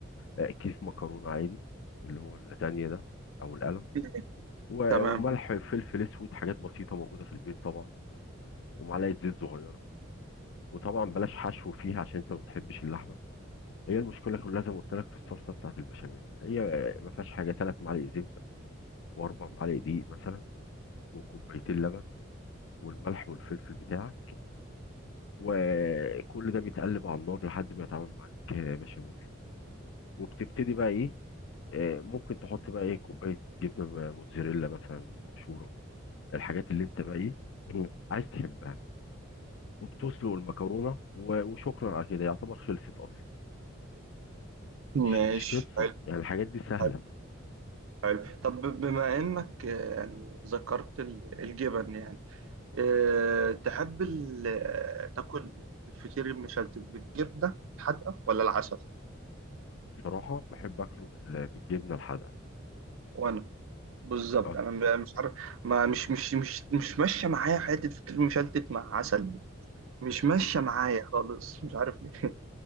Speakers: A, on the left; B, on the right.
A: آه، كيس مكرونه عادي اللي هو اللازانيا ده او القلم
B: الكتير.
A: و-
B: تمام
A: وملح فلفل اسود حاجات بسيطه موجوده في البيت طبعا ومعلقه زيت صغيره وطبعا بلاش حشو فيها عشان انت ما بتحبش اللحمه هي المشكله كلها زي ما قلت لك في الصلصه بتاعت البشاميل هي آه، ما فيهاش حاجه ثلاث معالق زبده واربع معالق دقيق مثلا وكوبايتين لبن والملح والفلفل بتاعك وكل ده بيتقلب على النار لحد ما يتعامل معاك آه، بشاميل وبتبتدي بقى ايه آه، ممكن تحط بقى ايه كوبايه جبنه م- موتزاريلا مثلا مبشوره الحاجات اللي انت بقى ايه مم. عايز تحبها وبتسلق المكرونه و- وشكرا على كده يعتبر خلصت اصلا مش
B: ماشي
A: مش قصه
B: حلو
A: يعني الحاجات دي سهله
B: حلو حلو طب بما إنك آه، يعني ذكرت ال- الجبن يعني أه تحب ال... آه، تاكل الفطير المشلتت بالجبنة الحادقة ولا العسل؟
A: بصراحه بحب اكله بال- بالجبنه الحادقه
B: وأنا بالظبط
A: اه
B: انا م- مش عارف ما مش مش مش مش ماشيه معايا حته فطير مشلتت مع عسل دي مش ماشيه
A: لا
B: معايا خالص مش عارف ليه